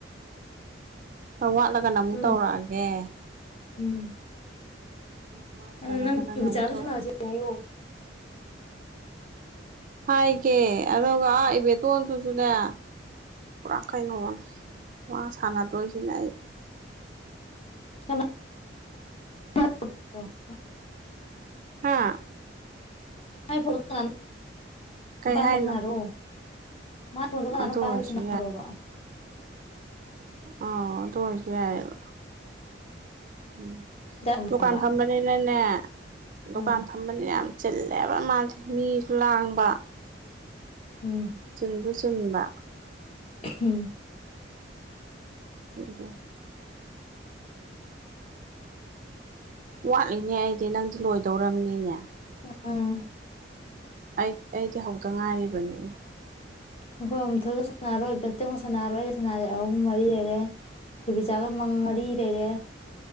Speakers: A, on the right; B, on the left.
A: ꯋꯥꯠꯂꯒꯅ ꯑꯃꯨꯛ
B: ꯎꯝ
A: ꯇꯧꯔꯛꯑꯒꯦ꯫
B: ꯎꯝ꯫
A: ꯋꯥꯠꯇ꯭ꯔꯒꯅ
B: ꯑꯗꯣꯅꯪ
A: ꯅꯪ
B: <inaudible>
A: ꯑꯃꯨꯛ
B: ꯆꯥꯁꯨ
A: ꯇꯧꯔꯛꯑꯣ
B: ꯁꯥꯅꯁꯦ ꯍꯥꯏꯌꯣ꯫
A: ꯍꯥꯏꯒꯦ ꯑꯗꯨꯒ ꯑꯥ ꯏꯕꯦꯇꯣꯟꯗꯨꯁꯨꯅꯦ ꯄꯨꯔꯥ ꯀꯩꯅꯣ <unintelligible> ꯁꯥꯟꯅꯥꯗꯣꯏꯁꯤꯅꯦ ꯑꯩ꯫
B: <inaudible>
A: ꯍꯥꯥ꯫
B: <unintelligible>
A: ꯀꯩ
B: ꯄꯗ
A: ꯍꯥꯏꯅꯣ
B: ꯁꯥꯅꯔꯣ꯫ ꯃꯥꯏ ꯐꯣꯟꯗꯨ
A: ꯑꯗꯨ
B: ꯀꯅꯅꯣꯝ ꯄꯥꯏꯍꯜꯂ
A: ꯑꯣꯏꯔꯁꯨ
B: ꯁꯅꯥꯔꯣꯕ꯫
A: ꯑ ꯑꯗꯨ ꯑꯣꯏꯔꯁꯨ ꯌꯥꯏꯕ꯫ ꯎꯝ
B: ꯊꯝꯃꯣꯕ
A: ꯗꯨꯀꯥꯟ ꯐꯝꯕꯅꯤꯅꯅꯦ꯫ ꯗꯨꯀꯥꯟ
B: ꯎꯝ
A: ꯐꯝꯕꯅꯦ ꯌꯥꯝ ꯆꯤꯜꯂꯦꯕ ꯃꯥꯗꯤ ꯃꯤꯁꯨ ꯂꯥꯡꯕ꯫
B: ꯎꯝ
A: ꯆꯤꯟꯁꯨ ꯆꯤꯟꯕ꯫
B: ꯎꯝ꯫
A: <unintelligible> ꯋꯥꯠꯂꯤꯅꯦ ꯑꯩꯗꯤ ꯅꯪꯗꯤ ꯂꯣꯏꯗ ꯇꯧꯔꯝꯅꯤꯅꯦ
B: ꯎꯝ
A: ꯑꯩ ꯑꯩꯗꯤ ꯍꯧꯗ ꯉꯥꯏꯔꯤꯕꯅꯤꯅꯦ
B: ꯑꯩꯈꯣꯏ ꯑꯊꯣꯏꯒ ꯁꯥꯟꯅꯔꯣꯏ ꯕꯇꯦꯛꯒ ꯁꯥꯟꯅꯔꯣꯏ ꯑꯩꯒ ꯁꯅꯔꯦ ꯑꯍꯨꯝ ꯃꯔꯤ ꯂꯩꯔꯦ ꯊꯣꯏꯕꯤꯆꯥꯒ ꯃꯪ ꯃꯔꯤ ꯂꯩꯔꯦ